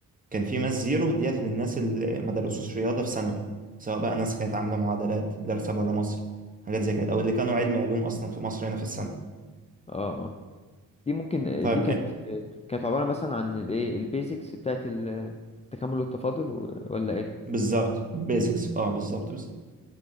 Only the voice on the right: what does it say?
كان في ماس زيرو ديت للناس اللي ما درسوش رياضة في ثانوي سواء بقى ناس كانت عاملة معادلات دارسة بره مصر حاجات زي كده أو اللي كانوا علمي علوم أصلا في مصر هنا في السنة
طيب
بالظبط بيزكس اه بالظبط بالظبط